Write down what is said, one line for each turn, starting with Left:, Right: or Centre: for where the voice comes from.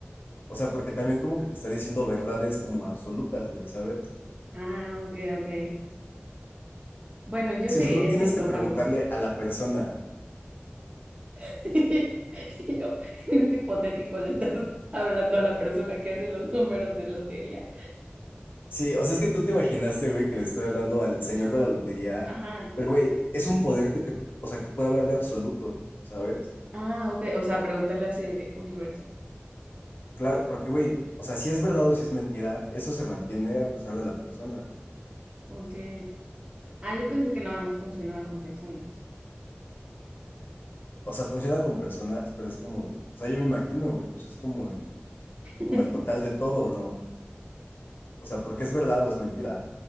Left: O sea, porque también como que te está diciendo verdades como absolutas, güey, ¿sabes?
Right: Ah, ok, ok. Bueno, yo
Left: Sí,
Right: seguiría
Left: o sea, no tienes
Right: sin
Left: que
Right: tomarlo.
Left: preguntarle a la persona,
Right: <laughs> Y yo, en este hipotético, le estás hablando a la persona que hace los números de lotería.
Left: Sí, o sea, es que tú te imaginaste, güey, que le estoy hablando al señor de la lotería,
Right: Ajá.
Left: pero, güey, es un poder que te, o sea, que puede hablar de absolutos, ¿sabes?
Right: Ah, ok. O sea, preguntarle así de que universo.
Left: Claro, porque, güey, o sea, si es verdad o si es mentira, eso se mantiene a pesar de la persona.
Right: Ok. Ah, yo pensé que nada más funcionaba con personas.
Left: O sea, funciona con personas, pero es como, o sea, yo me imagino, güey, pues es como el,
Right: <laughs>
Left: como el total de todo, ¿no? O sea, porque es verdad o es mentira.